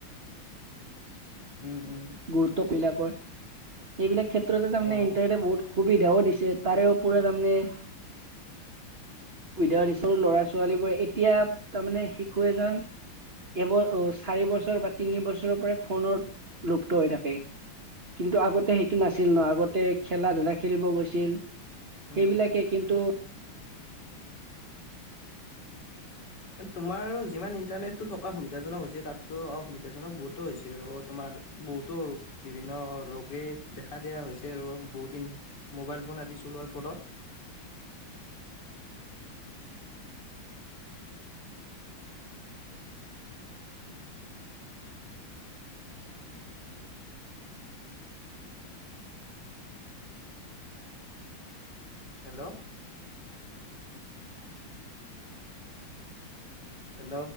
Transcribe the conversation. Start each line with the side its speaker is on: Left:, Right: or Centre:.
Left: উম উম
Right: গুৰুত্ব পিলা এইবিলাক কেত উত্ৰতোৰে
Left: অ।
Right: ইণ্টাৰট বহুত সুবিধাও দিছে তাৰেও পুৰা তাৰমানে সুবিধা
Left: উম
Right: দিছোৰো লৰা ছোৱালী বো এতিয়া তাৰমানে শিশু এজন এব চাৰি বছৰ বা তিনি বছৰৰ পৰা ফনৰত লুপ্ত হৈ থাকে কিন্তু আগতে সেইটো নাছিল ন আগতে খেলা ধূলা খেলিব গৈছিল
Left: উম।
Right: সেইবিলাকে কিন্তু
Left: তোমাৰ যিমান ইন্টাৰনেটটোো থকা সুবিধাজনক হৈছে তাতকৈ অসুবিধাজনক বহুতো হৈছে আৰু তোমাৰ বহুতো বিভিন্ন ৰোগে দেখা দিয়া হৈছে আৰু বহুত দিন মোবাইল ফোন আদি চলোৱাৰ ফলত হেল্ল' হেল্ল'